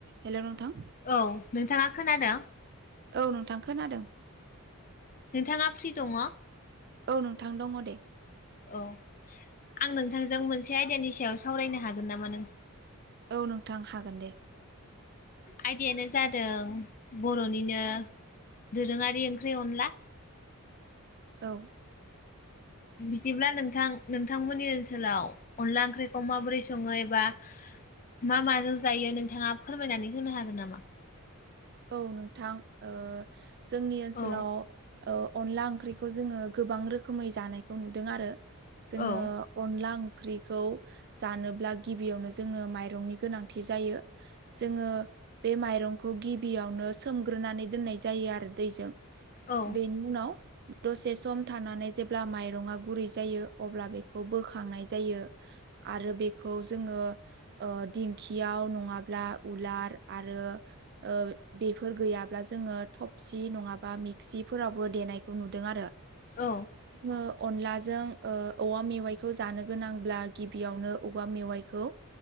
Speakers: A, on the right; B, on the left.
A: Hello नोंथां
B: औ नोंथाङा खोनादों
A: औ नोंथां खोनादों
B: नोंथाङा फ्रि दङ
A: औ नोंथां दङ दे
B: औ आं नोंथांजों मोनसे आयदानि सायाव सावरायनो हागोन नामा नों
A: औ नोंथां हागोन दे
B: आयदायानो जादों बर'निनो दोरोङारि ओंख्रि अनला
A: औ
B: बिदिब्ला नोंथां नोंथांमोननि ओनसोलाव अनला ओंख्रिखौ माबोरै सङो एबा मा माजों जायो नोंथाङा फोरमायनानै होनो हागोन नामा
A: औ नोंथां ओ जोंनि ओनसोलाव
B: औ
A: औ अनला ओंख्रिखौ जोङो गोबां रोखोमै जानायखौ नुदों आरो जोङो
B: औ
A: अनला ख्रिखौ जानोब्ला गिबियावनो जोंनो माइरंनि गोनांथि जायो जोङो बेे माइरंखौ गि बियावनो सोमग्रोनानै दोननाय जायो आरो दैजों
B: औ
A: बेनि उनाव दसे सम थानानै जेब्ला माइरङा गुरै जायो अब्ला बेखौ बोखांनाय जायो आरो बेखौ जोङो ओ दिंखियाव नङाब्ला उलार आरो ओ बेफोर गैयाब्ला जोङो थफसि नङाबा मिक्सिफोरावबो देनायखौ नुदों आरो
B: औ
A: जोङो अनलाजों ओ औवा मेवाइखौ जानो गोनांब्ला गिबियावनो औवा मेवाइखौ